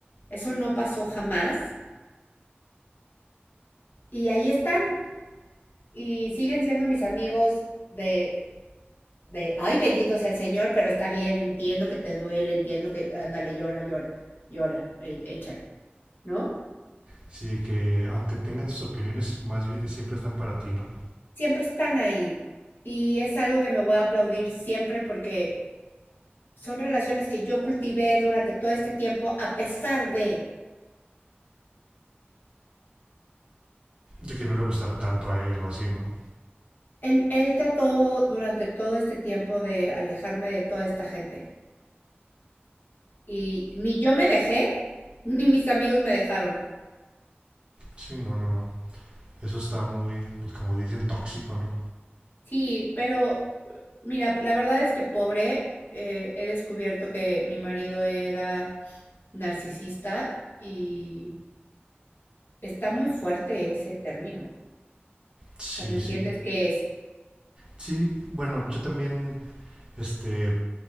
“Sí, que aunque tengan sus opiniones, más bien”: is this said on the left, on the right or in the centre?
Right